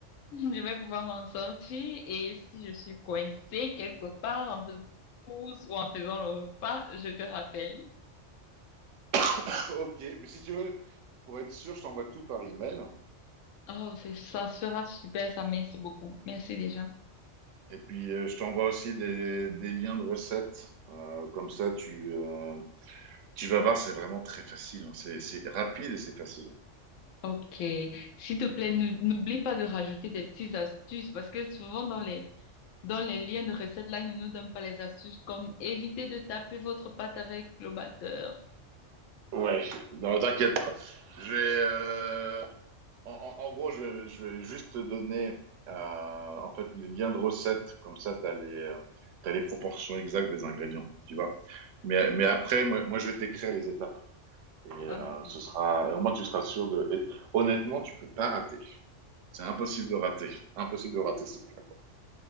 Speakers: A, on the left (about 85°); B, on the right (about 80°).
A: Je vais pouvoir m'en sortir et si je suis coincée quelque part en faisant des courses ou en faisant le repas, je te rappelle.
B: <laughs> ok, mais si tu veux, pour être sûr, je t'envoie tout par email.
A: Oh, c'est, ça sera super, ça merci beaucoup. Merci déjà.
B: Et puis, euh, je t'envoie aussi des, des liens de recettes. Euh, comme ça, tu, euh, tu vas voir, c'est vraiment très facile. hein. C'est, c'est rapide et c'est facile.
A: Ok. S'il te plaît, n'ou- n'oublie pas de rajouter des petites astuces parce que souvent dans les, dans les liens de recettes là, ils ne nous donnent pas les astuces comme éviter de taper votre pâte avec le batteur.
B: Ouais, non, t'inquiète pas. J'ai euh, En, en- en gros, je vais, je vais juste te donner euh, en fait les liens de recettes, comme ça tu as les, euh, t'as les proportions exactes des ingrédients, tu vois. Mais, mais après, moi, moi, je vais t'écrire les étapes. Et euh,
A: Ok,
B: ce sera, et au moins tu seras sûr de. et honnêtement, tu peux pas rater. C'est impossible de rater. Impossible de rater ces plats, quoi.